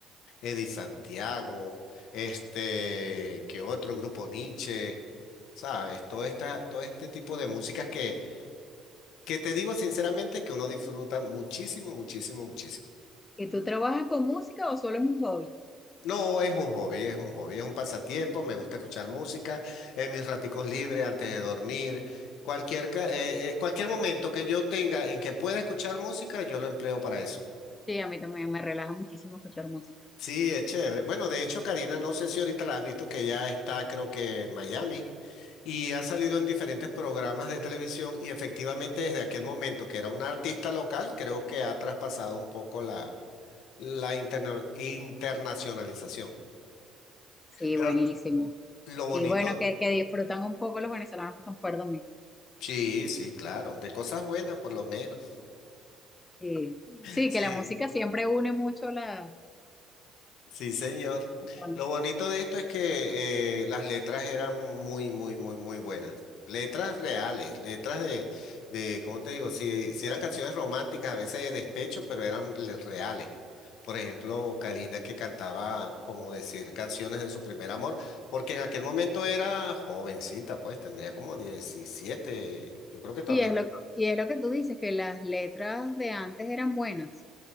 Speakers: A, on the left; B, on the left.
A: Eddie Santiago, este, que otro grupo Nietzsche, ¿sabes? Todo esta, todo este tipo de músicas que, que te digo sinceramente que uno disfruta muchísimo, muchísimo, muchísimo.
B: ¿Y tú trabajas con música o solo es un hobby?
A: No, es un hobby, es un hobby, es un pasatiempo, me gusta escuchar música en mis raticos libres antes de dormir. Cualquier, ca- eh, eh, cualquier momento que yo tenga en que pueda escuchar música, yo lo empleo para eso.
B: Sí, a mí también me relaja muchísimo escuchar música.
A: Sí, es chévere. Bueno, de hecho, Karina, no sé si ahorita la has visto que ya está, creo que en Miami y ha salido en diferentes programas de televisión y efectivamente desde aquel momento que era una artista local, creo que ha traspasado un poco la, la interna- internacionalización.
B: Sí,
A: Pero
B: buenísimo.
A: lo bonito...
B: Y bueno, que, que disfrutan un poco los venezolanos que están fuera domingo.
A: Sí, sí, claro, de cosas buenas por lo menos.
B: Y,
A: <laughs>
B: sí,
A: Sí,
B: que la música siempre une mucho la...
A: sí, señor.
B: bueno,
A: Lo bonito de esto es que eh, las letras eran muy, muy, muy, muy buenas. Letras reales, letras de, de, ¿cómo te digo? Si, si eran canciones románticas, a veces de despecho, pero eran le- reales. Por ejemplo, Karina que cantaba, como decir, canciones de su primer amor, porque en aquel momento era jovencita, pues tendría como 17, yo creo que todavía.
B: y es lo que, y es lo que tú dices, que las letras de antes eran buenas.